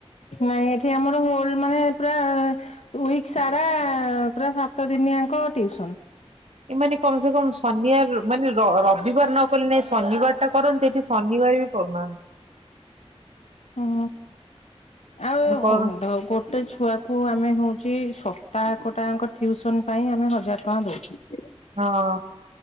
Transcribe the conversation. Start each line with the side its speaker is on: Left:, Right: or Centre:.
Left: ନାଇଁ ଏଠି ଆମର ହୋଲ୍ ମାନେ ପୁରା ୱିକ୍ ସାରା ପୁରା ସାତ ଦିନି ଜାଙ୍କ ଟିଉସନ୍।
Right: ଏମାନେେ କମସେ କମ ସନି ବାର ରବାର ମାନେ ରବିବାର ନ କଲେ ନାଇଁ ଶନିବାର ଟା କରନ୍ତି ଏଠି ଶନିବାରେ ବି କରୁନାହାନ୍ତି।
Left: ହୁଁ ଆଉ ଉଁ
Right: ନ କରୁ
Left: ଗୋଟେ ଗୋଟେ ଛୁଆକୁ ଆମେ ହୋଉଚି ସପ୍ତାହକ ଟାଙ୍କ ଟ୍ୟୁସନ ପାଇଁ ଆମେ ହଜାର ଟଙ୍କା ଦୋଉଚୁ।
Right: ହଁ।